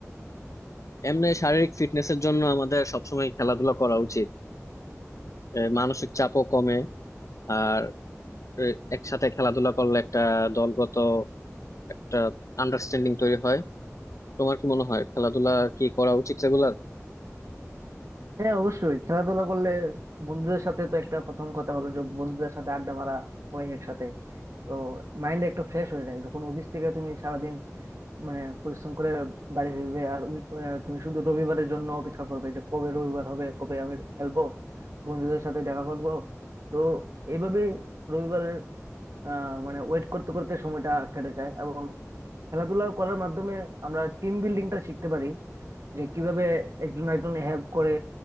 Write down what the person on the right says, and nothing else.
হ্যাঁ অবশ্যই খেলাধুলা করলে বন্ধুদের সাথে তো একটা প্রথম কথা হলো যে বন্ধুদের সাথে আড্ডা মারা হয় একসাথে তো মাইন্ড একটা ফ্রেশ হয়ে যায় যখন অফিস থেকে তুমি সারাদিন মানে পরিশ্রম করে বাড়ি ফিরবে আর উই- আহ, তুমি শুধু রবিবারের জন্য অপেক্ষা করবে যে কবে রবিবার হবে কবে আমি খেলবো বন্ধুদের সাথে দেখা করবো তো এইভাবে রবিবারের আহ মানে ওয়েট করতে করতে সময়টা কেটে যায় এবং খেলাধুলা করার মাধ্যমে আমরা টিম বিল্ডিংটা শিখতে পারি যে কিভাবে একজন একজন হেল্প করে